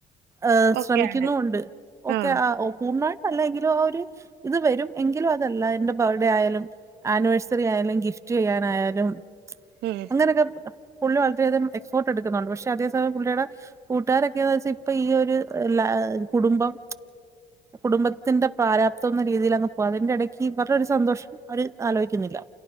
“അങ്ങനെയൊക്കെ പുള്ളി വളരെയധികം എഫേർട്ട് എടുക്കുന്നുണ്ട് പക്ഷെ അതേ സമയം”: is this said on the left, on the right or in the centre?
Right